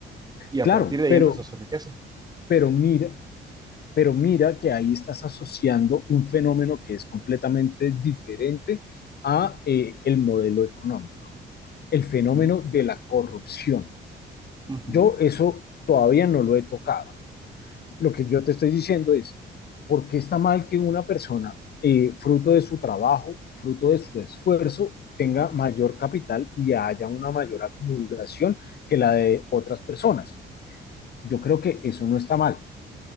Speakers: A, on the right (about 20°); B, on the left (about 55°).
A: y a
B: claro,
A: partir de ahí
B: pero
A: empezó su riqueza.
B: pero mira, pero mira que ahí estás asociando un fenómeno que es completamente diferente a eh, el modelo económico, el fenómeno
A: Ujú,
B: de la corrupción.
A: ujú,
B: Yo eso todavía no lo he tocado. Lo que yo te estoy diciendo es, ¿por qué está mal que una persona, eh, fruto de su trabajo, fruto de su esfuerzo, tenga mayor capital y haya una mayor acumulación que la de otras personas? Yo creo que eso no está mal.